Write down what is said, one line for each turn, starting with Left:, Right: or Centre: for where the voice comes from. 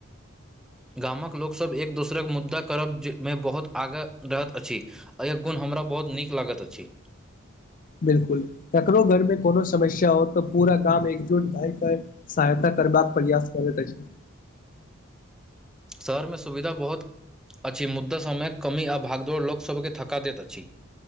Centre: गामक लोकसभब एक दोसरक मुद्दा करब जेमे बहुत आगाँ रहैत अछि एहि गुण हमरा बहुत नीक लागैत अछि
Left: बिलकुल ककरो घरमे कोनो समस्या होत तऽ पूरा गाम एकजुट भए क सहायता करबाक प्रयास करै त छै
Centre: शहरमे सुविधा बहुत अछि मुद्दा सभमे कमी आ भागदौड़ लोकसभकेँ थका दैत अछि